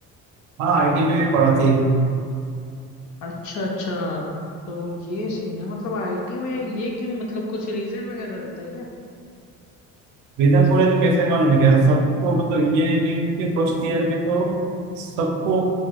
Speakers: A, on the right (about 65°); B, on the left (about 65°).
A: हाँ आईटी में भी पढ़ाते हैं
B: अच्छा अच्छा तो ये सीन है मतलब आईटी में ये क्यों मतलब कुछ रीजन वगैरह रहता है क्या
A: रीजन बोले तो कैसे मालूम है क्या सबको मतलब ये है कि कि फर्स्ट ईयर में तो सबको